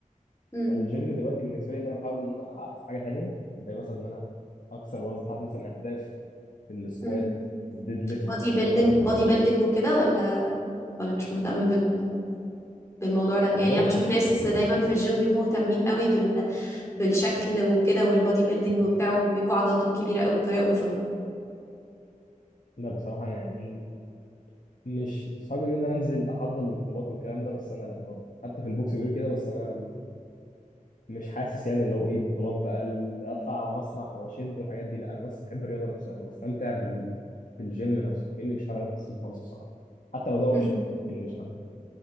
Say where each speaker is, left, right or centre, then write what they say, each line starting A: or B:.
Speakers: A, on the left; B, on the left.
A: امم
B: فالجيم دلوقتي بالنسبه لي ان انا بحاول ان انا احقق في حاجه تانيه زي مثلا ان انا اكسر وزن حاطط مثلا اهداف في السكوات
A: امم
B: في الديد ليفت
A: بودي بيلدينج
B: في بعض التمارين
A: بودي بيلدينج وكده ولا ولا مش مهتم بال بالموضوع ده يعني
B: والله
A: انا بشوف ناس دايما في الجيم بيبقوا مهتمين قوي بالشكل وكده والبودي بيلدينج وبتاعه وبيبقوا عضلاتهم كبيره قوي بطريقه اوفر يعني
B: لا بصراحه انا يعني ايه مش صعب يقولوا ان انا انزل احضر البطولات والكلام ده بس انا لا برضه حتى في البوكس بيقولوا كده بس انا مش حاسس يعني اللي هو ايه بطولات بقى اللي اطلع على مسرح واشد والحاجات دي لا انا بس بحب الرياضه نفسها انا بستمتع بال... بالجيم نفسه لكني مش حابب انافس فيه خالص الصراحه حتى لو ده اوبشن
A: مم.
B: لكني مش حابب